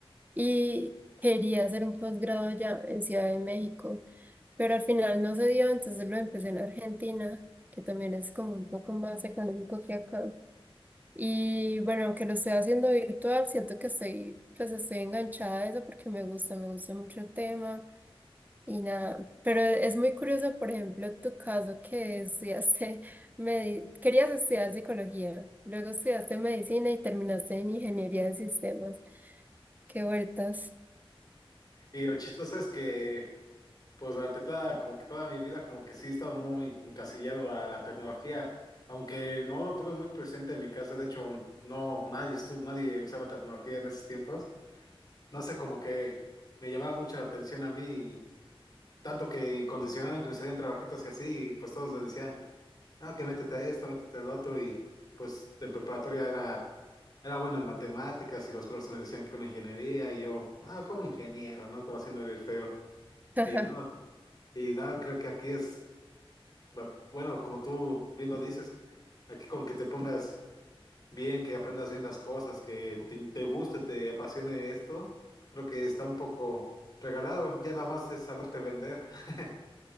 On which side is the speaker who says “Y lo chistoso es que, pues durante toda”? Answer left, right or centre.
Left